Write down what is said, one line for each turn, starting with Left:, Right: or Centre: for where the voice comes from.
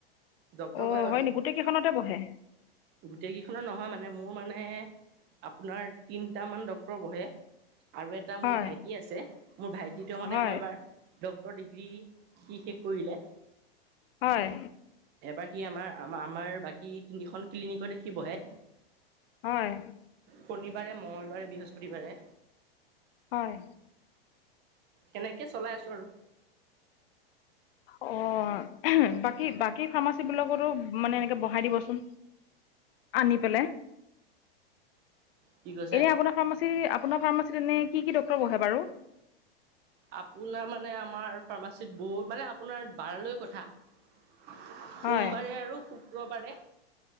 Right: ডক্তৰ
Left: অ',
Right: বহে
Left: হয়নি, গোটেই কেইখনতে বহে?
Right: গোটেইকিইখনত নহয় মানে, মোৰ মানে আপোনাৰ তিনিটামান ডক্টৰ বহে। আৰু এটা
Left: হয়
Right: মোৰ ভাইটি আছে, মোৰ ভাইটিটোৱে মানে
Left: হয়
Right: মই এবাৰ ডক্টৰ ডিগ্ৰী সি শেষ কৰিলে
Left: হয়
Right: এবাৰ সি আমাৰ, আমাৰ বাকী তিনিখন ক্লিনিকতে সি বহে।
Left: হয়
Right: শনিবাৰে, মঙ্গলবাৰে, বৃহস্পতিবাৰে।
Left: হয়
Right: সেনেকে চলাই আছোঁ আৰু
Left: অ', বাকী, বাকী, ফাৰ্মাচী বিলাকতো মানে এনেকে বহাই দিবচোন, আনি পেলাই
Right: কি কৈছে
Left: এনে আপোনাৰ ফাৰ্মাচী, আপোনাৰ ফাৰ্মাচীত এনে কি কি ডক্টৰ বহে বাৰু?
Right: আপোনাৰ মানে আমাৰ ফাৰ্মাচীত বহু মানে আপোনাৰ বাৰ লৈ কথা সোমবাৰে
Left: হয়
Right: আৰু শুক্ৰবাৰে